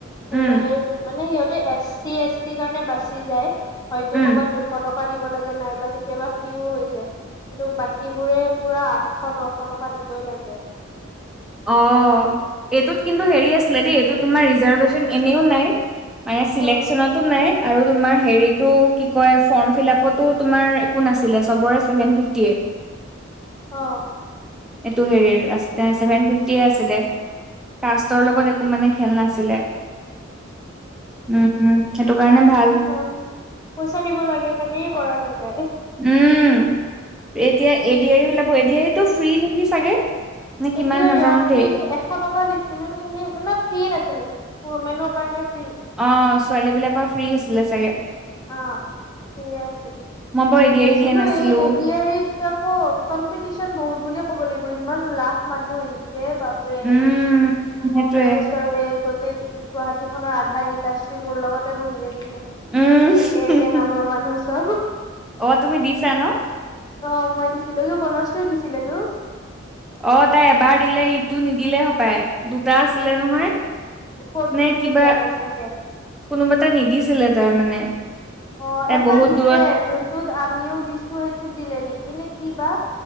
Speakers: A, on the left (about 20°); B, in the centre.
A: সেই
B: উম
A: তাই মানে সিহঁতে এছ চি এছ টি কাৰণে বাচি যায় হয়তো
B: উম
A: কৰ'বাত দুশ টকা দিব লাগে নাই বা কেতিয়াবা ফ্ৰীও হৈ যায় কিন্তু বাকীবোৰে পুৰা আঠশ নশ টকা দিবই লাগে
B: অ এইটোত কিন্তু হেৰি আছিলে দেই এইটো তোমাৰ ৰিৰ্জাৰভেচন এনেও নাই মানে সিলেকশনতো
A: উম
B: নাই আৰু তোমাৰ হেৰিটো কি কয় ফৰ্ম ফিল আপতো তোমাৰ একো নাছিলে চবৰে চেভেন ফিফটিএইট
A: অ
B: এইটো হেৰিৰ আছে চছেভেন ফিফ টি আছিলে কাষ্টৰ লগত একো মানে খেল নাছিলে উম সেইটো কাৰণে ভাল
A: অঁ <unintelligible> পইচা দিব লাগে কাৰণে কৰা নাযায়
B: উম এতিয়া এডি আৰিৰ ওলাব এডি আৰিটো ফ্ৰী নেকি চাগে নে কিমান
A: এডি আৰি
B: নাজানো
A: অ ফ্ৰী
B: দেই।
A: এতিয়া এশ টকা দিছিলো নিকি মানে ফ্ৰী আছিলে ওমেনৰ কাৰণে ফ্ৰী
B: অ ছোৱালী বিলাকৰ ফ্ৰী আছিলে চাগে
A: অ ফ্ৰীয়ে আছিল
B: মই বাৰু এ ডি
A: দিছিলো
B: আৰ ই দিয়া নাছিলো
A: এই এড আৰিত আকৌ কম্পিটিচন বহুত বুলিয়ে ক'ব লাগিব ইমান লাখ মানুহে দিছে বাপ বাপৰে
B: উম।
A: মই
B: সেইটোৱে
A: গম পাই গৈছো আৰু এ গোটেই গুৱাহাটী খনৰ আধা গীতাশ্ৰী মোৰ লগতে বহি আছিলে
B: উম।
A: একে একে নামৰ মানুহ চব
B: অ তুমি দিছা ন
A: অ মই দিছিলো এইটো বনশ্রী ও দিছিলে তো
B: অ তাই এবাৰ দিলে ইটো নিদিলে সপায় দুটা আছিলে নহয়
A: ফৰ্থ
B: নে
A: গ্ৰেডটো
B: কিবা
A: দিয়া নাই চাগে
B: কোনোবা এটা নিদিছিলে তাই মানে
A: অ
B: তাই
A: এটা
B: বহুত
A: দিছে
B: দূৰত
A: যোনটোত আমিও দিছো সেইটোত দিলে নেকি নে কিবা